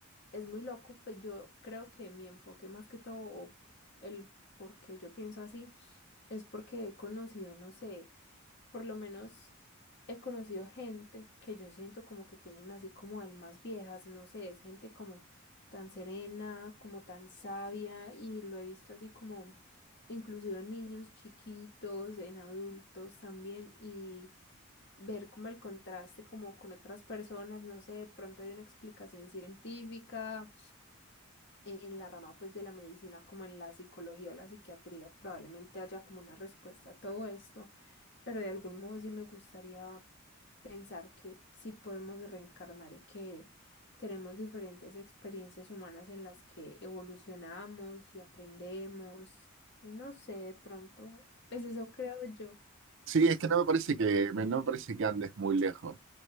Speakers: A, on the left (about 55°); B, on the right (about 60°).
A: es muy loco, pues yo creo que mi enfoque más que todo, o el por qué yo pienso así, es porque he conocido, no sé por lo menos he conocido gente que yo siento como que tienen así como almas viejas, no sé, es gente como tan serena, como tan sabia y lo he visto así como inclusive en niños chiquitos, en adultos también y ver como el contraste como con otras personas, no sé, de pronto hay una explicación científica, en la rama pues de la medicina como en la psicología o la psiquiatría probablemente haya como una respuesta a todo esto, pero de algún modo sí me gustaría pensar que sí podemos reencarnar y que tenemos diferentes experiencias humanas en las que evolucionamos y aprendemos y no sé, de pronto, pues eso creo yo.
B: Sí, es que no me parece que, me- no me parece que andes muy lejos.